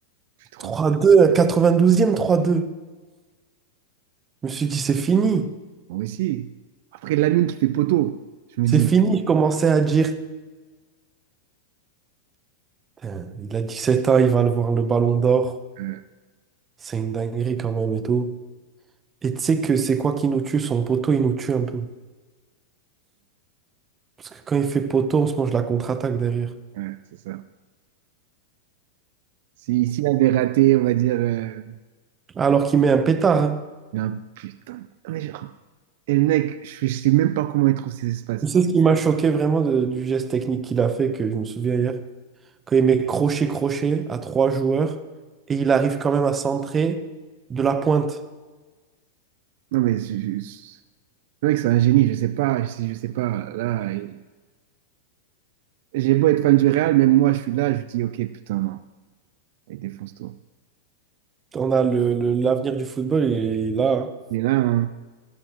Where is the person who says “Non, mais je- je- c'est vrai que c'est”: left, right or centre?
Right